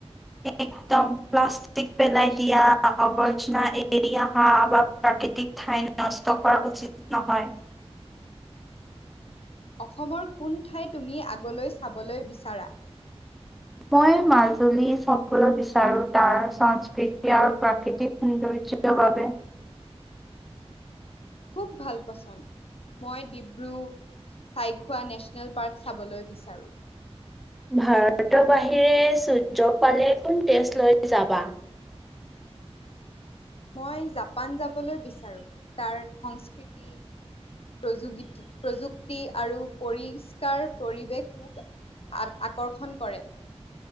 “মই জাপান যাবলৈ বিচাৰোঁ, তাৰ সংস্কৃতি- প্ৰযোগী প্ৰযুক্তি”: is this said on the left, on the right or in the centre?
Left